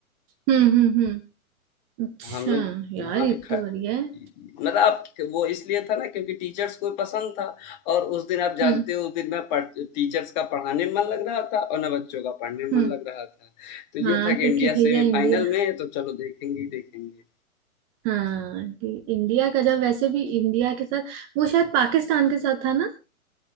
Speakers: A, on the right; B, on the left.
A: हम्म हम्म हम्म अच्छा
B: हम लोग
A: यार
B: वहाँ
A: ये
B: पे ख
A: तो बढ़िया है
B: मतलब आप वो इसलिए था ना क्योंकि टीचर्स को पसंद था और उस दिन आप जानते
A: हम्म
B: हो उस दिन मैं पढ़ टीचर्स का पढ़ाने में मन लग रहा था और ना बच्चों का पढ़ने में
A: हम्म
B: मन लग रहा था तो
A: हाँ
B: ये था कि
A: क्योंकि
B: इंडिया
A: भैया
B: सेमीफाइनल
A: इंडिया
B: में है तो चलो देखेंगे ही देखेंगे
A: हाँ कि इंडिया का जब वैसे भी इंडिया के साथ वो शायद पाकिस्तान के साथ था ना